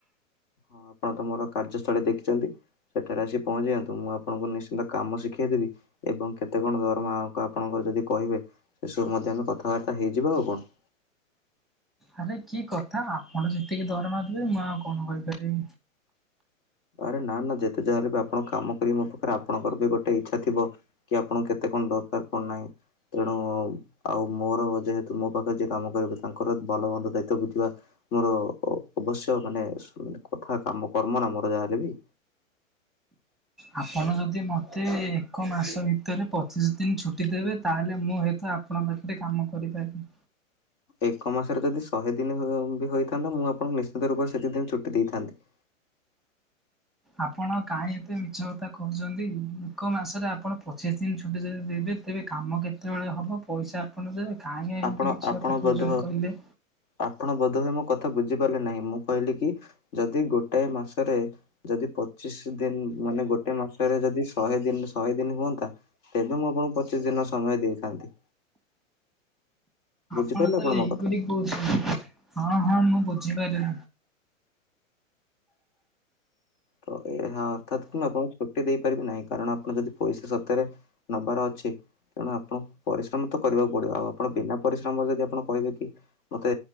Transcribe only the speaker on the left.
ହଁ ଆପଣ ତ ମୋର କାର୍ଯ୍ୟସ୍ଥଳୀ ଦେଖିଛନ୍ତି। ସେଠାରେ ଆସି ପହଞ୍ଚିଯାଆନ୍ତୁ ମୁଁ ଆପଣଙ୍କୁ ନିଶ୍ଚିନ୍ତ କାମ ଶିଖେଇ ଦେବି। ଏବଂ କେତେ କଣ ଦରମା ଆପଣଙ୍କର ଯଦି କହିବେ ସେ ସବୁ ମଧ୍ୟ ଆମେ କଥାବାର୍ତ୍ତା ହେଇଯିବା ଆଉ କଣ।
ଆରେ ନା ନା ଯେତେ ଯାହା ହେଲେ ବି ଆପଣ କାମ କରିବେ ମୋ ପାଖରେ ଆପଣଙ୍କର ବି ଗୋଟେ ଇଚ୍ଛା ଥିବ। କି ଆପଣଙ୍କୁ କେତେ କଣ ଦରକାର କଣ ନାହିଁ। ତେଣୁ ଆଉ ମୋର ଯେହେତୁ ମୋ ପାଖରେ ଯିଏ କାମ କରିବ ତାଙ୍କର ଭଲ ମନ୍ଦ ଦାୟିତ୍ୱ ବୁଝିବା ମୋର ଅ ଅବଶ୍ୟ ମାନେ କଥା କାମ କର୍ମ ନା ମୋର ଯାହାହେଲେ ବି।
ଏକ ମାସରେ ଯଦି ଶହେ ଦିନ ବି ହୋଇଥାନ୍ତା ମୁଁ ଆପଣଙ୍କୁ ନିଶ୍ଚିନ୍ତ ରୂପ ସେତି ଦିନ ଛୁଟି ଦେଇଥାନ୍ତି।
ଆପଣ
ଆପଣ
ବୋଧ
ଆପଣ ବୋଧହୁଏ ମୋ କଥା ବୁଝିପାରିଲେ ନାହିଁ ମୁଁ କହିଲି କି ଯଦି ଗୋଟାଏ ମାସରେ ଯଦି ପଚିଶ ଦିନ ମାନେ ଗୋଟେ ମାସରେ ଯଦି ଶହେ ଦିନ ଶହେ ଦିନ ହୁଅନ୍ତା ତବେ ମୁଁ ଆପଣଙ୍କୁ ପଚିଶ ଦିନ ସମୟ ଦେଇଥାନ୍ତି। ବୁଝିପାରିଲେ
ମୋ କଥା
ତ ଏହା ଅର୍ଥାତ୍ କି ମୁଁ ଆପଣଙ୍କୁ ଛୁଟି ଦେଇପାରିବି ନାହିଁ କାରଣ ଆପଣ ଯଦି ପଇସା ସତରେ ନବାର ଅଛି ତେଣୁ ଆପଣଙ୍କୁ ପରିଶ୍ରମ ତ କରିବାକୁ ପଡିବ ଆଉ ଆପଣ ବିନା ପରିଶ୍ରମରେ ଯଦି ଆପଣ କହିବେ କି? ମୋତେ